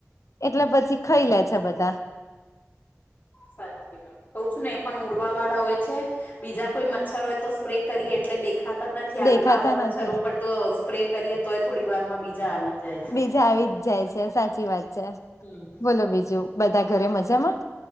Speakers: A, on the left; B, on the left.
A: એટલે પછી ખઈ લે છે બધા.
B: સાચી વાત કું છું ને પણ ઉડવા વાળા હોય છે‌. બીજા કોઈ મચ્છર હોય તો સ્પ્રે કરીએ એટલે દેખા ત નથી
A: દેખાતા
B: આવા મચ્છર
A: નથી
B: ઉપર તો સ્પ્રે કરીએ તોય થોડી વાર માં બીજા આવી જાય છે.
A: બીજા આવી જ જાય છે સાચી વાત છે.
B: હમ
A: બોલો બીજું બધા ઘરે મજામાં?